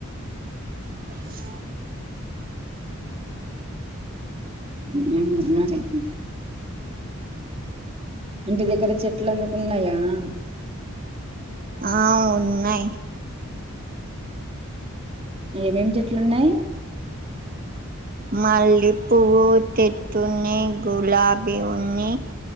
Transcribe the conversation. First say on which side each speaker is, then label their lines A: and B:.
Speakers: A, on the right; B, on the right.
A: పులుసు
B: ఉ ఇంటి దగ్గర చెట్లు ఎందుకున్నాయమ్మ
A: ఆ ఉన్నాయి
B: ఏమేమి చెట్లున్నాయి
A: మల్లె పువ్వు చెట్లున్నాయి గులాబీ ఉన్నయి